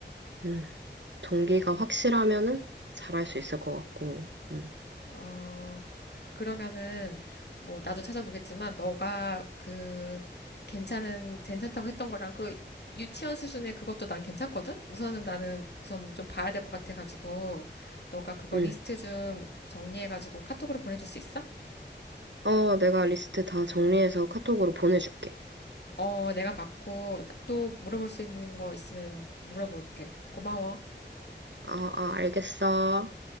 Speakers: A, on the right; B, on the left.
A: 음, 동기가 확실하면은 잘할 수 있을 것 같고, 음,
B: 어, 그러면은, 뭐, 나도 찾아보겠지만, 너가 그, 괜찮은, 괜찮다고 했던 거랑 그, 유치원 수준의 그것도 난 괜찮거든? 우선은 나는 우선 좀 봐야 될 것 같아가지고, 너가 그거
A: 음.
B: 리스트 좀 정리해가지고 카톡으로 보내줄 수 있어?
A: 어, 내가 리스트 다 정리해서 카톡으로 보내줄게.
B: 어, 내가 받고 또 물어볼 수 있는 거 있으면 물어볼게. 고마워.
A: 어, 어, 알겠어.